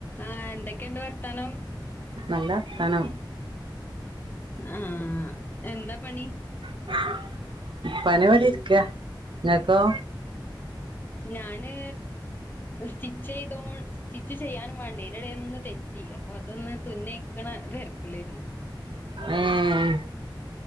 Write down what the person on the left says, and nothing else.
ആഹ് എന്തൊക്കേണ്ട് വർത്താനം
ആഹ് എന്താ പണി
ഞാന് സ്റ്റിച്ചെയ്തോ സ്റ്റിച്ച് ചെയ്യാനും വാണ്ടേ അയിന്റെ ഒന്ന് തെ റ്റി അപ്പൊ അതൊന്ന് തുന്നയിക്കണെ തെരക്കില്ലേരുന്നു